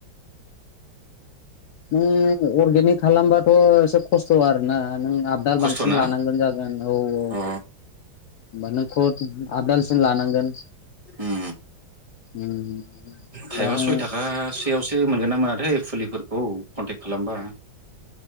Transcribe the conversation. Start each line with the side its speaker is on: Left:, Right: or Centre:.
Left: नों अर्गेनिक खालामबाथ' एसे खस्थ' आरोना नों आबाद
Right: खस्थ'ना
Left: बांसिन लानांगोन जागोन औ औ
Right: अ
Left: <inaudible> <inaudible> लानांगोन।
Right: उम
Left: होमबा
Right: थाइबा
Left: नों
Right: सयथाखा सोयावसो मोनगोनना मोनथाय फुलिफोरखौ कटेक खालामबा।